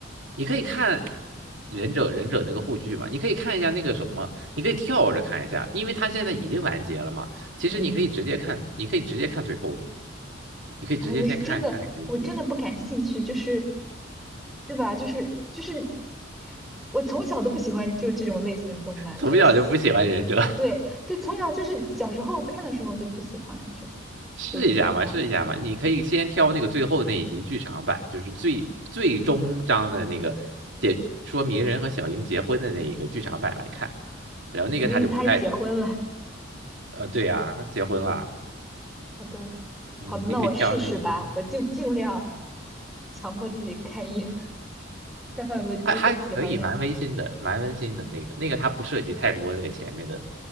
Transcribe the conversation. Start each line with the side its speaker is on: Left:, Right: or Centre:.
Right: 你可以看
Centre: 啊，
Right: 忍者忍者那个护具嘛，你可以看一下那个什么，你可以跳着看一下，因为它现在已经完结了嘛。其实你可以直接看，
Centre: 嗯。
Right: 你可以直接看最后面，你可以直接先看看看结局什么。
Centre: 哎，我是真的，我真的不感兴趣，就是，对吧？就是就是，我从小都不喜欢就是这种类型的动漫，
Right: 从小就不喜欢忍者，
Centre: 就是对对，从小就是小时候看的时候就不喜欢这样
Right: <laughs> 试一下嘛，
Centre: 所以就没有看。
Right: 试一下嘛。你可以先挑那个最后那一集剧场版，就是最最终章的那个解说鸣人和小樱结婚的那一个剧场版来看，然后那个他就不太
Centre: 泥人他还结婚了，
Right: 呃，对啊，结婚了，
Centre: <laughs> 好的，
Right: 嗯，
Centre: 好的，那我试试吧，
Right: 你可以挑那个。
Centre: 我就尽量强迫自己看一眼，看看有没有机会喜欢上。
Right: 还还可以，蛮温馨的，蛮温馨的那个那个，它不涉及太多那个前面的